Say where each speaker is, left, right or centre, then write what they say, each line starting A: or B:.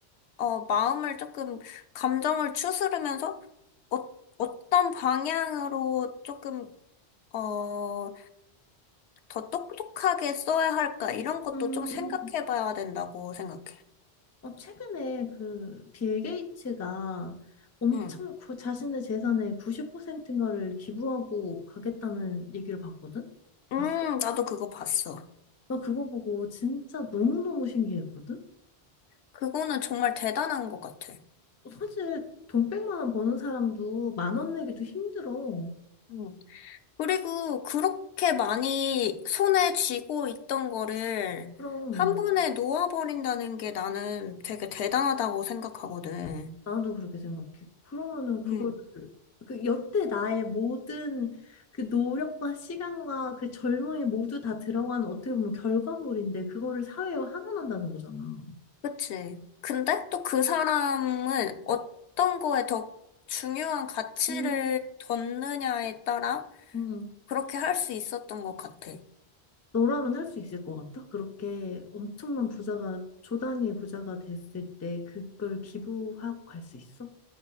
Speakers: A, on the left (about 85°); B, on the left (about 25°).
A: 어, 마음을 조금, 감정을 추스르면서 어, 어떤 방향으로 조금, 어, 더 똑똑하게 써야 할까? 이런 것도
B: 음,
A: 좀 생각해 봐야 된다고 생각해.
B: 어, 최근에 그 빌 게이츠가 엄청
A: 응.
B: 그 자신의 재산의 90%인가를 기부하고 가겠다는 얘기를 봤거든?
A: 음,
B: 봤어?
A: 나도 그거 봤어.
B: 나 그거 보고 진짜 너무너무 신기했거든?
A: 그거는 정말 대단한 것 같아.
B: 어, 사실 돈 100만 원 버는 사람도 만원 내기도 힘들어.
A: 음. 그리고 그렇게 많이 손에 쥐고 있던 거를
B: 그럼
A: 한 번에 놓아버린다는 게 나는 되게 대단하다고 생각하거든.
B: 나도 그렇게 생각해. 그러면은 그걸
A: 음.
B: 그 여태 나의 모든 그 노력과 시간과 그 젊음이 모두 다 들어간 어떻게 보면 결과물인데 그거를 사회에 환원한다는 거잖아.
A: 그치? 근데 또 그 사람은 어떤 거에 더 중요한 가치를
B: 음.
A: 뒀느냐에 따라
B: 음.
A: 그렇게 할 수 있었던 것 같아.
B: 너라면 할 수 있을 것 같아? 그렇게 엄청난 부자가 조 단위의 부자가 됐을 때 그걸 기부하고 갈 수 있어?